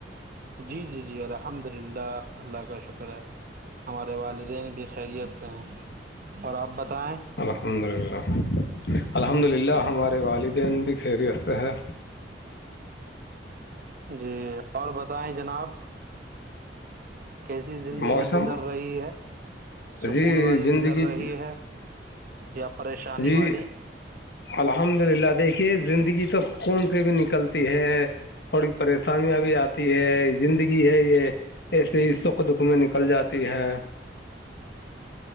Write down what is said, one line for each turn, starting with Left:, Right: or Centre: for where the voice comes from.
Right: جی جی جی الحمد للہ اللہ کا شکر ہے ہمارے والدین بھی خیریت سے ہیں اور آپ بتائیں
Left: الحمد للہ الحمد للہ ہمارے والدین بھی خیریست ہیں
Right: جی اور بتائیں جناب کیسی زندگی
Left: موسم
Right: گزر رہی ہے سکون
Left: جی
Right: والی
Left: زندگی
Right: گزر
Left: ج-
Right: رہی ہے یا پریشانی
Left: جی
Right: والی
Left: الحمد للہ دیکھیے زندگی تو خون سے بھی نکلتی ہے تھوڑی پریشانیاں بھی آتی ہے زندگی ہے یہ ایسیے ہی سکھ دکھ میں نکل جاتی ہے